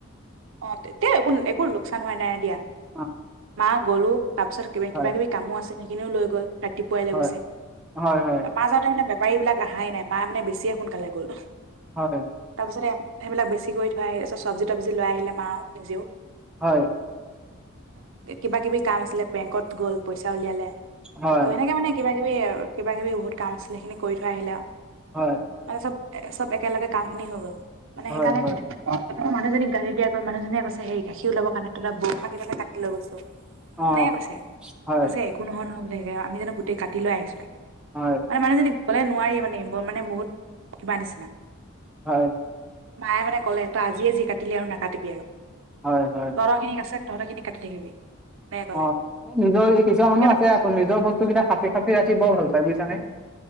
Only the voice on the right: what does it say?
অ' তেতিয়া একো-একো লোকচান হোৱা নাই দিয়া।
মা গ'লো। তাৰ পিছত কিবা
কিবাকিবি কামো আছিল সেইখিনিও লৈ গ'ল। ৰাতিপুৱাই লৈ
গৈছে।
মা যাওঁতে মানে। গাড়ীবিলাক আহাই নাই। মা মানে বেছিয়ে সোনকালে গ'ল।
তাপিছতে, সেইবিলাক বেছি কৰি থৈ আহিছে, পিছত চব্জি-তবজি লৈ আহিলে মাও, নিজেও।
কিবাকিবি কাম আছিলে বেংকত গ'ল পইচা। উলিয়ালে,
আকৌ এনেকে মানে কিবা। <unintelligible> আৰু কিবাকিবি বহুত কাম আছিলে সেইখিনি কৰি থৈ আহিলে আৰু।
মানে চব। চব একেলগে কামখিনি হৈ গ'ল। মানে
সেইকাৰণে
মানুহজনীক গালি দিয়া গৈ, মানুহজনীয়ে কৈছে সেই গাখীৰ ওলাব কাৰনে তেতিয়া বোৰখাকেইদালে কাটি লৈ গৈছে
এনেকে কৈছে।
কৈছে একো নহয় নহ'ব <unintelligible> আমি জানো গোটেই কাটি লৈ আহিছো তাক
আৰু মানুহজনীক ক'লে নোৱাৰিয়ে মানে, ‌ মানে বহুত কিবা নিচিনা
মায়ে মানে ক'লে, তই আজিয়ে যি কাটিলি আৰু নাকাটিবি আৰু।
তৰ' খিনিক আছে তহঁতৰ খিনি কাটি থাকিবি। এনেকে ক'লে
কিয়